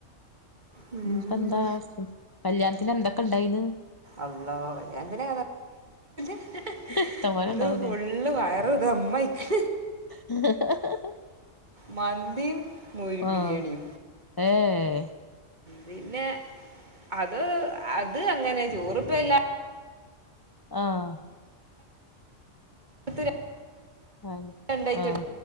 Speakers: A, on the right; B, on the left.
A: വേറെന്താ
B: പ്പ എന്താ കല്യാണത്തിന് എന്തൊക്കെ ഇണ്ടായിന്ന്?
A: അള്ളോ കല്ല്യാണത്തിന <unintelligible>
B: ഇഷ്ടംപോലെ
A: ഇന്ന്
B: ഇണ്ടാവൂലേ
A: ഫുള്ള് വയർ ദമ്മായിക്ക്
B: <unintelligible>
A: മന്തിം മൂരി
B: ആഹ്
A: ബിരിയാണിം
B: ഏഹ്
A: പിന്നെ അത് അത് അങ്ങനെ ചോറ്പ്പല്ല.
B: ആഹ്
A: <unintelligible>
B: ആഹ്
A: രണ്ടായി
B: ആഹ്